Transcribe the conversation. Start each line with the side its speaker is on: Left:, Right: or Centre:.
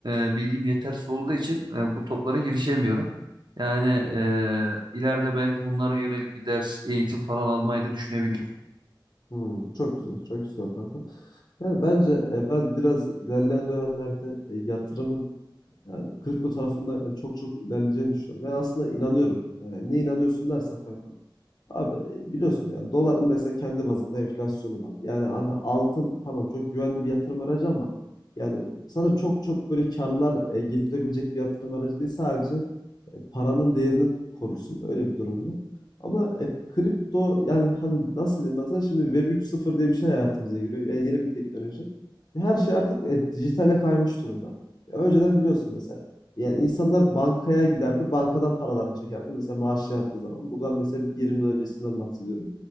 Right: e, bilgim yetersiz olduğu için e, bu toplara girişemiyorum. Yani e, ileride belki bunlara yönelik bir ders, eğitim falan almayı da düşünebilirim.
Left: Hı. Çok güzel, çok güzel kanka. Yani bence e, ben biraz ilerleyen dönemlerde e, yatırımın yani kripto tarafında yani çok çok ilerleyeceğini düşünüyorum. Ben aslında inanıyorum. E, niye inanıyorsun dersen kanka. Abi e, biliyorsun yani doların mesela kendi bazında enflasyonu var. Yani hani altın tamam çok güvenli bir yatırım aracı ama yani sana çok çok böyle karlar e, getirebilecek bir yatırım aracı değil sadece e, paranın değerini korursun. Öyle bir durum var. Ama e, kripto yani hani nasıl diyeyim ben sana şimdi Web 3.0 diye bir şey hayatımıza giriyor. Yani yeni bir teknoloji. Her şey artık e, dijitale kaymış durumda. Ya önceden biliyorsun mesela yani insanlar bankaya giderdi, bankadan paralarını çekerdi. Mesela maaşı yattığı zaman. Buradan mesela bir 20 yıl öncesinden bahsediyorum.